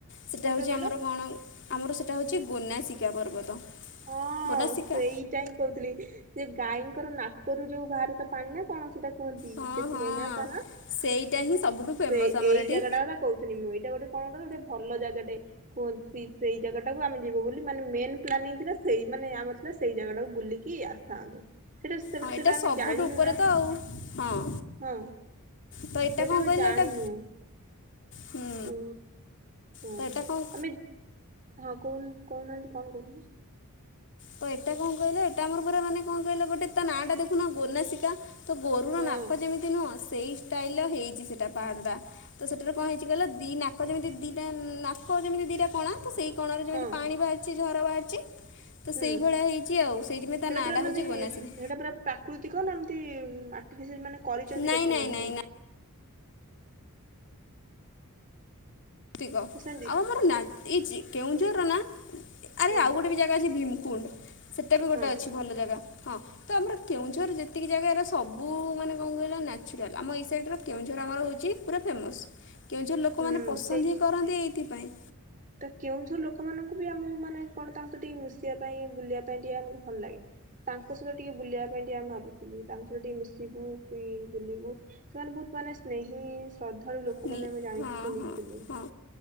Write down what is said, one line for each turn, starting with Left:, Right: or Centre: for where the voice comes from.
Left: ସେଇଟା
Right: କୋଉଟା
Left: ହେଉଛି
Right: କହିଲ
Left: ଆମର କଣ ଆମର ସେଇଟା ହଉଛି ଗନାସିକା ପର୍ବତ
Right: ହଁ
Left: ଗୋନାସିକା
Right: ସେଇଟା ହିଁ କହୁଥିଲି ଯେ ଗାଈଙ୍କର ନାକରୁ ଯୋଉ ବାହାରେ ତା ପାଣି ନା କଣସିଟା କୁହନ୍ତି
Left: ହଁ
Right: ସେଥିପାଇଁ
Left: ହଁ।
Right: ନା ତା ନା
Left: ସେଇଟା ହିଁ ସବୁଠୁ ଫେମସ୍
Right: ସେ
Left: ଆମର
Right: ଏଇ
Left: ଏଠି
Right: ଜାଗା ଟା କହୁଥିଲି ମୁଁ ଏଇଟା ଗୋଟେ କଣ ଗୋଟେ ଭଲ ଜାଗାଟେ କୁହନ୍ତି ସେଇ ଜାଗା ଟାକୁ ଆମେ ଯିବୁ ବୋଲି ମାନେ ମେନ ପ୍ଲାନିଂ ଥିଲା ସେଇ ମାନେ ଆମର ଥିଲା ସେଇ ଜାଗା ଟାକୁ ବୁଲିକି ଆସିଥାନ୍ତୁ ସେଟା ସେପଟେ
Left: ହଁ ଏଇଟା
Right: ସେଟା ଆମେ
Left: ସବୁଠୁ
Right: ଜାଣିନୁ
Left: ଉପରେ
Right: ନା
Left: ତ ଆଉ ହଁ
Right: ହଁ
Left: ତ ଏଟା
Right: ସେଇଟା
Left: କ
Right: ଆମେ
Left: କହିଲ
Right: ଜାଣିନୁ
Left: ଏଟା ହୁଁ।
Right: କୁ ହଁ
Left: ତ ଏଇଟା କଣ
Right: ଆମେ ହଁ କ କହୁନାହାନ୍ତି କଣ କହୁଥିଲେ
Left: ତ ଏଇଟା କଣ କହିଲ ଏଟା ଆମର ପୁରା ମାନେ କଣ କହିଲ ଗଟେ ତା ନାଁ ଟା ଦେଖୁନ ଗନାସିକା ତ ଗୋରୁର
Right: ହଁ
Left: ନାକ ଯେମିତି ନୁହଁ ସେଇ ଷ୍ଟାଇଲ୍ ର ହେଇଛି ସେଇଟା ପାହାଡ଼ଟା ତ ସେଠାରେ କଣ ହେଇଛି କହିଲ ଦିଇ ନାକ ଯେମିତି ଦିଇଟା ନାକ ଯେମିତି ଦିଇଟା କଣା ତ ସେହି କୋଣରେ ଯେମିତି
Right: ହଁ
Left: ପାଣି ବାହାରିଛି ଝର ବାହାରିଛି। ତ
Right: ହୁଁ
Left: ସେଇଭଳିଆ
Right: ସେଟା
Left: ହେଇଛି ଆଉ ସେଇଥିପାଇଁ ତା ନାଁଟା
Right: ପରା ମାନେ
Left: ହେଉଛି ଗୋନାସିକା
Right: ସେଟା ପରା ପ୍ରାକୃତିକ ନା ଏମତି ଆଟିଫିସିଆଲ ମାନେ କରିଛନ୍ତି
Left: ନାଇଁ
Right: ଲୋକମାନେ
Left: ନାଇଁ ନାଇଁ
Right: ସେମତି।
Left: ନାଇଁ ତିକ
Right: ବୁଝୁଛନ୍ତି
Left: ଆଉ ଆମର ନା ଏ କେଉଁଝର ନା ଆରେ
Right: ହଁ
Left: ଆଉ ଗୋଟେ ବି ଅଛି ଭୀମକୁଣ୍ଡ ସେଟା ବି ଗୋଟେ
Right: ହଁ
Left: ଅଛି ଭଲ ଜାଗା ହଁ ତ ଆମର କେଉଁଝର ଯେତିକି ଜାଗା ହେରା ସବୁ ମାନେ କଣ କହିଲ ନ୍ୟାଚୁରାଲ୍ ଆମ ଏଇ ସାଇଡ଼ର କେଉଁଝର ଆମର ହେଉଛି ପୁରା ଫେମସ୍ କେଉଁଝଉଁ ଲୋକମାନେ
Right: ହୁଁ
Left: ପସନ୍ଦ
Right: ସେଇଥି
Left: ହିଁ କରନ୍ତି ଏଇଥିପାଇଁ।
Right: ତ କେଉଁଝର ଲୋକମାନଙ୍କୁ ବି ଆମକୁ ମାନେ କଣ ତାଙ୍କ ସହିତ ଟିକେ ମିଶିବା ପାଇଁ ବୁଲିବା ପାଇଁ ଟିକେ ଆମକୁ ଭଲ ଲାଗେ। ତାଙ୍କ ସହିତ ଟିକେ ବୁଲିବା ପାଇଁ ଟିକେ ଆମେ ଭାବୁଥିଲୁ ତାଙ୍କ ସହିତ ଟିକେ ମିଶିବୁ କି ବୁଲିବୁ। ସେମାନେ ବହୁତ ମାନେ ସ୍ନେହୀ ଶ୍ରଦ୍ଧାଳୁ ଲୋକମାନେ
Left: ନି
Right: ଆମେ ଜାଣି
Left: ହଁ
Right: ଶୁଣିଥିଲୁ।
Left: ହଁ ହଁ।